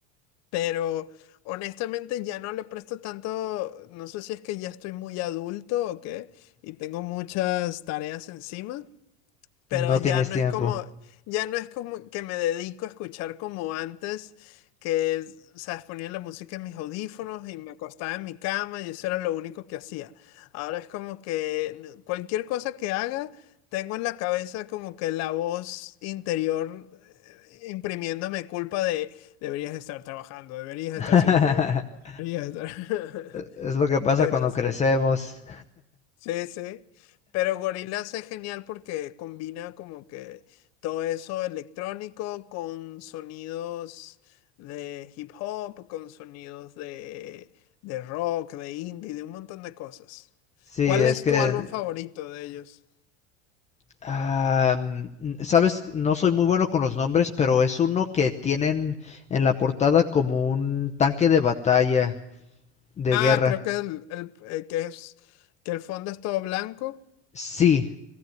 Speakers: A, on the left (about 50°); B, on the left (about 20°).
A: pero honestamente ya no le presto tanto, no sé si es que ya estoy muy adulto o qué, y tengo muchas tareas encima, pero
B: No
A: ya
B: tienes
A: no
B: tiempo.
A: es como, ya no es como que me dedico a escuchar como antes, que, es, sabes, ponía la música en mis audífonos y me acostaba en mi cama y eso era lo único que hacía. Ahora es como que n- cualquier cosa que haga, tengo en la cabeza como que la voz interior eh, imprimiéndome culpa de deberías estar trabajando, deberías
B: <laughs>
A: estar siendo productivo, deberías estar...
B: es
A: <laughs>
B: lo que pasa
A: Pero
B: cuando
A: sí.
B: crecemos.
A: Sí, sí. Pero Gorillaz es genial porque combina como que todo eso electrónico con sonidos de hip hop, con sonidos de, de rock, de indie, de un montón de cosas.
B: Sí,
A: ¿Cuál
B: es
A: es
B: que,
A: tu álbum favorito de ellos?
B: am, sabes, no soy muy bueno con los nombres, pero es uno que tienen en la portada como un tanque de batalla de
A: Ah,
B: guerra.
A: creo que el, el- eh, que es que el fondo es todo blanco.
B: Sí,